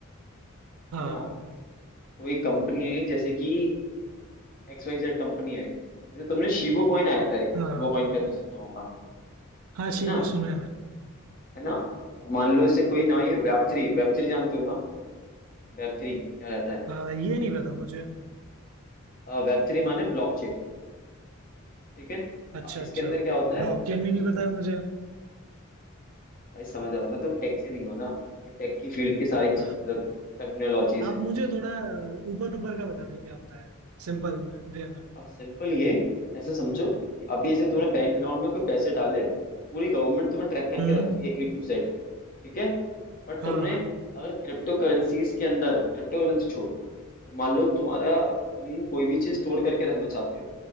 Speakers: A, on the right; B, on the left.
A: हाँ
B: है ना कोई कंपनी आई जैसे कि एक्स वाई जेड कंपनी आई जैसे तुमने शिबो कॉइन आया था एक
A: हाँ
B: शिबो कॉइन करके सुना होगा
A: हाँ
B: है
A: शिबो
B: ना
A: सुना है मैंने
B: है ना मान लो इसे कोई ना आई वेब थ्री वेब थ्री जानते हो ना वेब थ्री क्या रहता है
A: हाँ, ये नहीं पता मुझे
B: वेब थ्री माने ब्लॉकचेन ठीक है
A: अच्छा
B: अ, इसके
A: अच्छा
B: अंदर क्या होता
A: ब्लॉकचेन
B: है
A: भी
B: ये
A: नहीं पता
B: प्र...
A: है मुझे
B: भाई समझ रहा हो ना तुम टेक से नहीं हो ना टेक की फील्ड की सारी
A: हाँ,
B: टर्मिनोलॉजीज
A: आप
B: है
A: मुझे थोड़ा ऊपर ऊपर का बता दो क्या होता है सिंपल में वे में
B: सिंपल ये ऐसे समझो कि अभी जैसे तुमने बैंक अकाउंट में कोई पैसे डाले तो पूरी गवर्नमेंट तुम्हें ट्रैक करके
A: हम्म
B: रखती है ए टू जेड ठीक है बट
A: हाँ
B: तुमने
A: हाँ
B: अगर क्रिप्टो करेंसीज के अंदर क्रिप्टो करेंसी छोड़ो तो मान लो तुम्हारा तुम कोई भी चीज स्टोर करके रखना चाहते हो